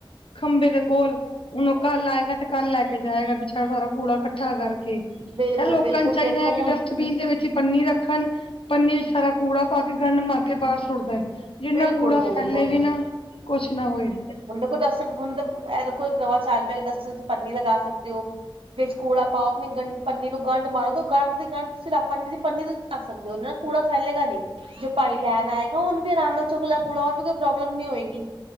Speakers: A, on the left; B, on the right.
A: ਖੰਭੇ ਦੇ ਕੋਲ। ਹੁਣ, ਉਹ ਕੱਲ ਆਏਗਾ ਤੇ ਕੱਲ ਲੈ ਕੇ ਜਾਏਗਾ ਵਿਚਾਰਾ ਸਾਰਾ ਕੂੜਾ ਇਕੱਠਾ ਕਰਕੇ। ਇਹ
B: ਬਿਲਕੁਲ
A: ਲੋਕਾਂ
B: ਬਿਲਕੁਲ
A: ਨੂੰ ਚਾਹੀਦਾ
B: ਦੇਖੋ
A: ਹੈ ਕਿ
B: ਹੁਣ
A: ਡਸਟਬੀਨ ਦੇ ਵਿੱਚ ਪਨੀ ਰੱਖਣ ਪਨੀ ਚ ਸਾਰਾ ਕੂੜਾ ਪਾ ਕੇ ਗੰਡ ਮਾਰ ਕੇ ਬਾਹਰ ਸੁੱਟ ਦੇਣ ਜਿਹ
B: ਬਿਲਕੁਲ-ਬਿਲਕੁਲ
A: ਨਾਲ ਕੂੜਾ ਫੈਲੇ ਵੀ ਨਾ ਕੁਛ ਨਾ ਹੋਏ।
B: ਡਸਟ, ਹੁਣ ਇਹ ਦੇਖੋ ਨਵਾ ਚੱਲ ਪਿਆ ਡਸਟਬਿਨ ਚ ਪੰਨੀ ਲਗਾ ਸਕਦੇ ਹੋ। ਵਿੱਚ ਕੂੜਾ ਪਾਓ ਆਪਣੀ ਗੰ ਪੰਨੀ ਨੂੰ ਗੰਢ ਮਾਰੋ ਤੇ ਉਹ ਗੰਢ ਦੀ ਗੰਢਿਰ <unintelligible> ਨੀ ਦੀ ਪੰਨੀ <unintelligible> ਆ ਸਕਦੇ ਹੋ, ਕੂੜਾ ਫੈਲੇਗਾ ਨਹੀਂ। ਜੋ ਭਾਈ ਲੈਣ ਆਏਗਾ ਉਹਨੂੰ ਫਿਰ ਆਰਾਮ ਚੁਕਲਾ ਕੂੜਾ ਉਨੂੰ ਕੋਈ ਪ੍ਰੋਬਲਮ ਨਹੀਂ ਹੋਏਗੀ।